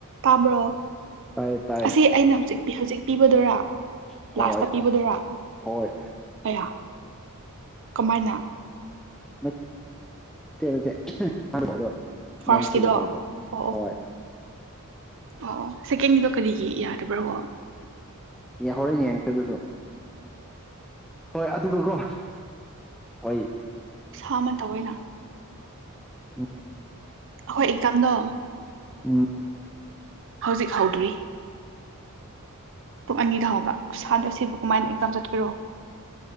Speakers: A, on the right; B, in the centre.
A: ꯇꯥꯕ꯭ꯔꯣ
B: ꯇꯥꯏ ꯇꯥꯏ
A: ꯑꯁꯤ ꯑꯩꯅ ꯍꯧꯖꯤꯛꯄꯤ ꯍꯧꯖꯤꯛ ꯄꯤꯕꯗꯔꯥ
B: ꯍꯣꯏ
A: ꯂꯥꯁꯇ ꯄꯤꯕꯥꯗꯨꯔꯥ
B: ꯍꯣꯏ
A: ꯑꯌꯥ ꯀꯃꯥꯏꯅ
B: ꯅꯠꯇ‌ꯦ ꯅꯠꯇ‌ꯦ ꯑꯗꯨ
A: ꯐꯥꯔꯁꯀꯤꯗꯣ
B: ꯅꯝꯁꯦꯅ
A: ꯑꯣ
B: ꯇꯧꯕ
A: ꯑꯣ
B: ꯍꯣꯏ
A: ꯑꯣ ꯁꯦꯀꯦꯟꯒꯤꯗꯣ ꯀꯔꯤꯒꯤ ꯌꯥꯅ <unintelligible>
B: ꯍꯣꯔ‌ꯦꯟ ꯌꯦꯡꯉꯛꯀ‌ꯦ ꯑꯗꯨꯁꯨ ꯍꯣꯏ ꯑꯗꯨꯒꯀꯣ ꯍꯣꯏ
A: ꯁꯥ ꯑꯃ ꯇꯏ ꯑꯣꯏꯅ
B: ꯎꯝ
A: ꯑꯩꯈꯣꯏ ꯑꯦꯛꯖꯥꯝꯗꯣ
B: ꯎꯝ
A: ꯍꯧꯖꯤꯛ ꯍꯧꯗ꯭ꯔꯤ ꯄꯨꯡ ꯑꯅꯤꯗꯥ ꯍꯥꯎꯕ ꯁꯥꯗ ꯁꯤꯕꯨ ꯀꯃꯥꯏꯅ ꯑꯦꯛꯖꯥꯝ ꯆꯠꯀ‌ꯦꯔꯣ